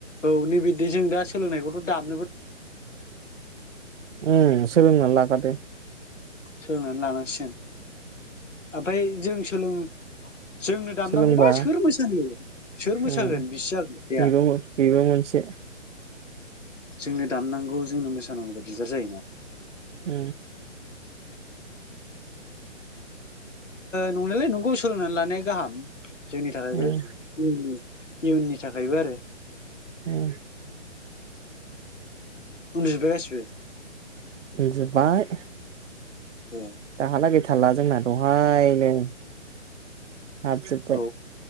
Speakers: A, on the left; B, on the right.
A: औ नैबेदि जों दा सोलोंनायखौथ' दाब
B: उ सोलोंनानै <inaudible>
A: सोलोंनानै लानांसिगोन ओमफ्राय जों सोलों जोंनो दामनांगौबा
B: सोलोंबा
A: सोर मोसागोन सोर मोसागोन
B: उम
A: बिसि जागोन खोथाया।
B: बेबो बेबो मोनसे
A: जोंनो दामनांगौ जोंनो मोसानांगौ दिगदार जायोना।
B: ओ
A: नंनायलाय नंगौ सोलोंनानै लानाया गाहाम। जोंनि थाखाय
B: उम
A: बे- इयुननि थाखायबो आरो-
B: औ
A: उन्दु जोब गासीबो
B: उन्दु जोबबाय‌।
A: ए
B: दाहालागै- जोंना दहायनो- आ जफ
A: औ